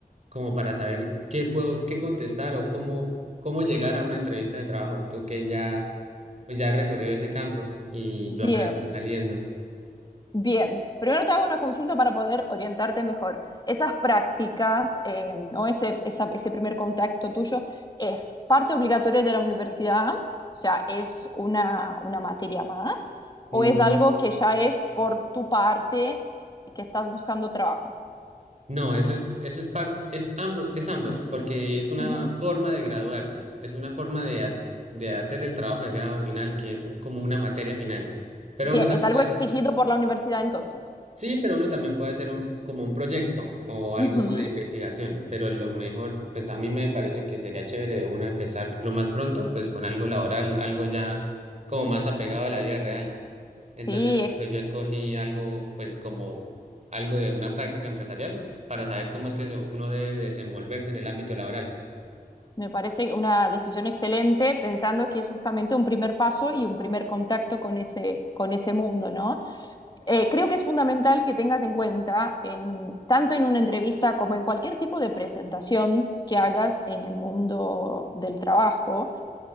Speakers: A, on the right (about 45°); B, on the left (about 25°).
A: como para saber qué puedo, qué contestar o cómo, cómo llegar a una entrevista de trabajo. Tú que ya, pues ya has recorrido ese campo y
B: Bien,
A: yo apenas estoy saliendo.
B: bien. Primero te hago una consulta para poder orientarte mejor. Esas prácticas, eh, o ese, esa- ese primer contacto tuyo, ¿es parte obligatoria de la universidad? O sea, ¿es una, una materia más?
A: Mm,
B: ¿O es algo que ya es por tu parte y que estás buscando trabajo?
A: No, eso es, eso es par- es ambos, es ambos, porque es una
B: Ujú.
A: forma de graduarse, es una forma de, haz- de hacer el trabajo de grado final, que es como una materia final. Pero
B: Bien,
A: uno también
B: es algo
A: puede hacer,
B: exigido por la universidad entonces.
A: sí, pero uno también puede hacer un, como un proyecto o algo
B: Ujú.
A: de investigación. Pero lo mejor, pues a mí me parece que sería chévere de una empezar lo más pronto, pues con algo laboral, algo ya como más apegado a la vida real.
B: Sí,
A: Entonces, por eso yo escogí algo, pues como algo de una práctica empresarial para saber cómo es que se- uno debe desenvolverse en el ámbito laboral.
B: Me parece una decisión excelente, pensando que es justamente un primer paso y un primer contacto con ese, con ese mundo, ¿no? Eh, creo que es fundamental que tengas en cuenta, en, tanto en una entrevista como en cualquier tipo de presentación que hagas en el mundo del trabajo,